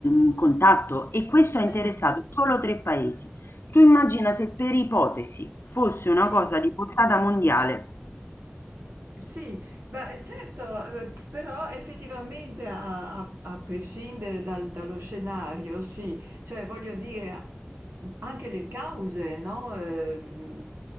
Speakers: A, on the left; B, on the right.
A: in contatto e questo
B: sì,
A: ha interessato solo 3 paesi. Tu immagina se per ipotesi fosse
B: sì.
A: una cosa di portata mondiale
B: Sì, beh certo, ehm, p però effettivamente a a a prescindere dal dallo scenario, sì, cioè voglio dire a mhmm, anche le cause, no, ehm,